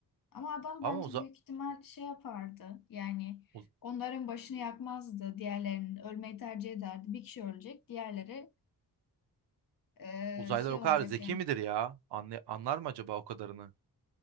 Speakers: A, on the left; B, on the right.
A: Ama adam
B: Ama
A: bence
B: uza
A: büyük ihtimal şey yapardı. Yani
B: uz-
A: onların başını yakmazdı. Diğerlerinin ölmeyi tercih ederdi. Bir kişi ölecek. Diğerleri e,
B: uzaylılar
A: şey
B: o kadar
A: olacak
B: zeki
A: yani
B: midir ya? Anlay anlar mı acaba o kadarını?